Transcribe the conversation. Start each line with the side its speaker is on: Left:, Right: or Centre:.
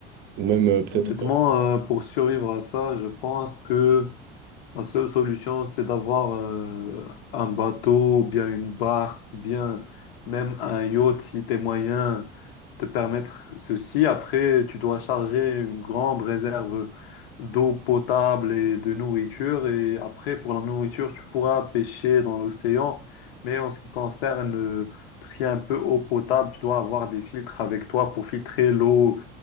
Right: Ou même euh, peut-être...
Left: Honnêtement, euh, pour survivre à ça, je pense que La seule solution, c'est d'avoir euh, un bateau, ou bien une barque, ou bien même un yacht si tes moyens te permettre ceci. Après, tu dois charger une grande réserve d'eau potable et de nourriture. Et après, pour la nourriture, tu pourras pêcher dans l'océan. Mais en ce qui concerne euh, tout ce qui est un peu eau potable, tu dois avoir des filtres avec toi pour filtrer l'eau,